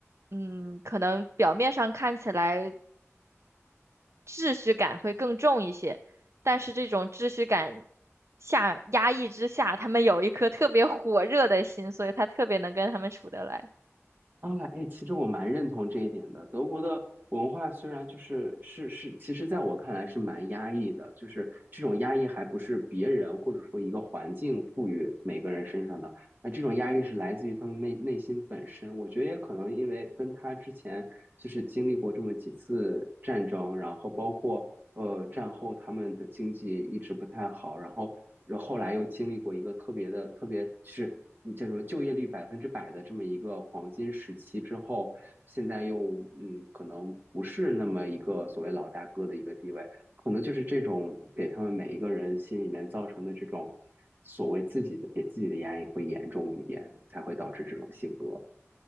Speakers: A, on the right; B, on the right.
A: 嗯，可能表面上看起来秩序感会更重一些，但是这种秩序感下压抑之下，他们有一颗特别火热的心，所以他特别能跟他们处得来。
B: 啊，哎，其实我蛮认同这一点的。德国的文化虽然就是是是，其实在我看来是蛮压抑的，就是这种压抑还不是别人或者说一个环境赋予每个人身上的，那这种压抑是来自于他们内内心本身。我觉得也可能因为跟他之前就是经历过这么几次战争，然后包括呃战后他们的经济一直不太好，然后。然后后来又经历过一个特别的、特别就是叫什说，就业率百分之百的这么一个黄金时期之后，现在又嗯，可能不是那么一个所谓老大哥的一个地位，可能就是这种给他们每一个人心里面造成的这种所谓自己的给自己的压力会严重一点，才会导致这种性格。